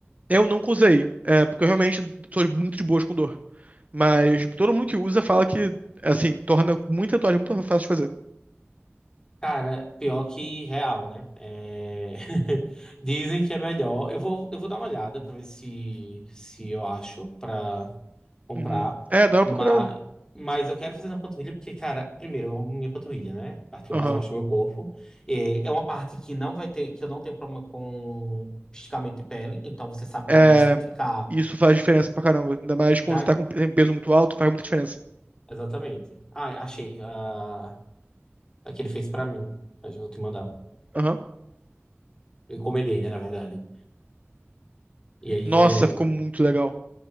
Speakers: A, on the right; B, on the left.
A: Eu nunca usei, é, porque eu realmente sou muito de boas com dor. Mas todo mundo que usa fala que, assim, torna muita tatuagem muito fácil de fazer.
B: Cara, pior que real, né? É, <laughs> Dizem que é melhor. Eu vou, eu vou dar uma olhada pra ver se, se eu acho pra comprar.
A: Uhum. É, dá uma
B: Mas,
A: procurada.
B: mas eu quero fazer na panturrilha porque, cara, primeiro, eu amo minha panturrilha, né? A parte que
A: Aham.
B: eu mais gosto do meu corpo. É, é uma parte que não vai ter, que eu não tenho problema com esticamento de pele. Então você sabe
A: É,
B: que ela vai sempre ficar.
A: isso faz diferença pra caramba. Ainda mais
B: da-
A: quando você tá com pe- peso muito alto, faz muita diferença.
B: Exatamente. Ah, achei. ah, a que ele fez pra mim. Mas eu vou te mandar.
A: Aham.
B: Eu encomendei, né, na verdade. E aí
A: Nossa,
B: é.
A: ficou muito legal.